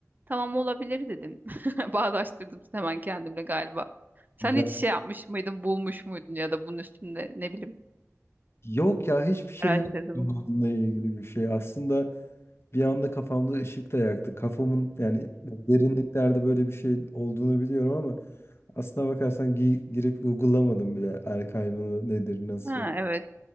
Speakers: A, on the right (about 35°); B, on the left (about 50°).
A: tamam olabilir dedim. <laughs> Bağdaştırdım hemen kendimle galiba. Sen
B: Güzel.
A: hiç şey yapmış mıydın, bulmuş muydun ya da bunun üstünde ne bileyim
B: Yok ya hiçbir şey
A: araştırdın
B: yapmadım
A: mı?
B: bununla ilgili bir şey. Aslında bir anda kafamda ışık da yaktı. Kafamın yani derinliklerde böyle bir şeyin olduğunu biliyorum ama aslına bakarsan gi- girip Google'lamadım bile erkek hayvanı nedir nasıl.
A: Ha, evet.